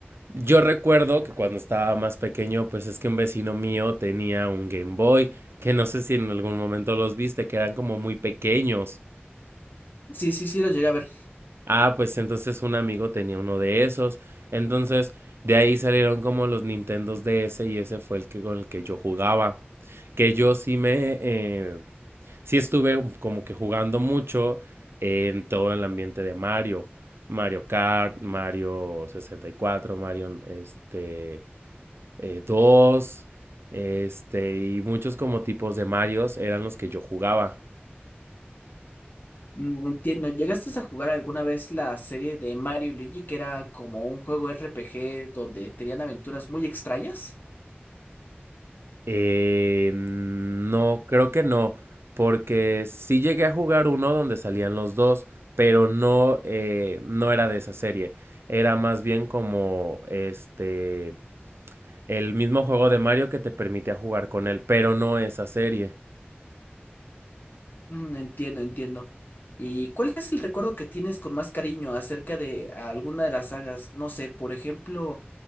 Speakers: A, on the right (about 80°); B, on the left (about 50°).
A: yo recuerdo que cuando estaba más pequeño, pues es que un vecino mío tenía un Game Boy, que no sé si en algún momento los viste, que eran como muy pequeños.
B: Sí, sí, sí, lo llegué a ver.
A: Ah, pues entonces un amigo tenía uno de esos. Entonces de ahí salieron como los Nintendos DS y ese fue el que con el que yo jugaba. Que yo sí me... eh, sí estuve como que jugando mucho en todo el ambiente de Mario. Mario Kart, Mario 64, Mario este, eh, 2, este, y muchos como tipos de Marios eran los que yo jugaba.
B: Mm, Entiendo. ¿Llegaste a jugar alguna vez la serie de Mario y Luigi, que era como un juego RPG donde tenían aventuras muy extrañas?
A: Eh, no, creo que no, porque sí llegué a jugar uno donde salían los dos, pero no, eh, no era de esa serie. Era más bien como este, el mismo juego de Mario que te permitía jugar con él, pero no esa serie.
B: Mm, entiendo, entiendo. ¿Y cuál es el recuerdo que tienes con más cariño acerca de alguna de las sagas? No sé, por ejemplo,